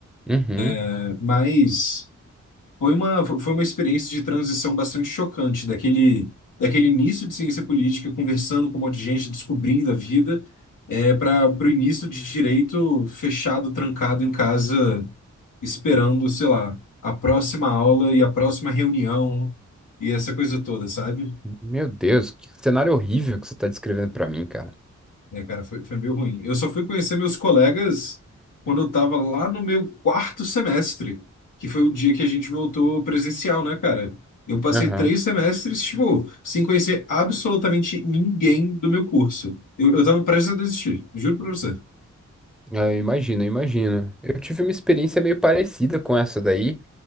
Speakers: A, in the centre; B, on the left.
A: uhum.
B: É, Mas. Foi uma, foi uma experiência de transição bastante chocante, daquele, daquele início de ciência política, conversando com um monte de gente, descobrindo a vida, é, para o início de direito fechado, trancado em casa, esperando, sei lá, a próxima aula e a próxima reunião e essa coisa toda, sabe?
A: Meu Deus, que cenário horrível que você tá descrevendo pra mim, cara.
B: É, cara, foi, foi meio ruim. Eu só fui conhecer meus colegas quando eu tava lá no meu quarto semestre, que foi o dia que a gente voltou presencial, né, cara? Eu passei
A: Aham.
B: três semestres, tipo, sem conhecer absolutamente ninguém do meu curso. Eu, eu tava prestes a desistir, juro pra você.
A: Ah, imagino, imagino. Eu tive uma experiência meio parecida com essa daí,